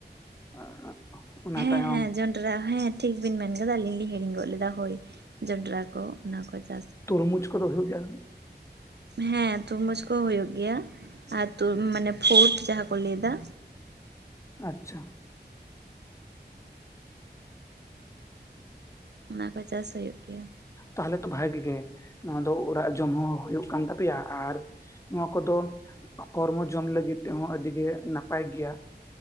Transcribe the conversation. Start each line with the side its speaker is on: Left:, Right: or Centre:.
Left: <unintelligible> ᱛᱟᱭᱚᱢ
Right: ᱦᱮᱸ ᱡᱚᱱ ᱡᱚᱱᱰᱨᱟ ᱦᱮᱸ ᱴᱷᱤᱠ ᱵᱤᱱ ᱢᱮᱱ ᱟᱠᱟᱫᱟ ᱟᱹᱞᱤᱧ ᱞᱤᱧ ᱦᱤᱲᱤᱧ ᱜᱚᱫ ᱞᱮᱫᱟ ᱦᱳᱭ ᱡᱚᱱᱰᱨᱟ ᱠᱚ ᱚᱱᱟ ᱠᱚ ᱪᱟᱥ
Left: ᱛᱩᱨᱢᱩᱡᱽ ᱠᱚᱫᱚ ᱦᱩᱭᱩᱜ ᱜᱮᱭᱟ?
Right: ᱦᱮᱸ ᱛᱩᱨᱢᱩᱡᱽ ᱠᱚ ᱦᱩᱭᱩᱜ ᱜᱮᱭᱟ ᱟᱨ ᱛᱩᱨ ᱢᱟᱱᱮ ᱯᱷᱩᱨᱰ ᱡᱟᱦᱟᱸ ᱠᱚ ᱞᱟᱹᱭ ᱮᱫᱟ,
Left: ᱟᱪᱪᱷᱟ,
Right: ᱚᱱᱟ ᱠᱚ ᱪᱟᱥ ᱦᱩᱭᱩᱜ ᱜᱮᱭᱟ ᱾
Left: ᱛᱟᱦᱚᱞᱮ ᱛᱚ ᱵᱷᱟᱜᱮ ᱜᱮ ᱱᱚᱣᱟ ᱫᱚ ᱚᱲᱟᱜ ᱡᱚᱢ ᱦᱚᱸ ᱦᱩᱭᱩᱜ ᱠᱟᱱ ᱛᱟᱯᱮᱭᱟ ᱟᱨ ᱱᱚᱣᱟ ᱠᱚᱫᱚ ᱠᱚᱨᱢᱚ ᱡᱚᱢ ᱞᱟᱹᱜᱤᱫ ᱛᱮᱦᱚᱸ ᱟᱹᱰᱤ ᱜᱮ ᱱᱟᱯᱟᱭ ᱜᱮᱭᱟ ᱾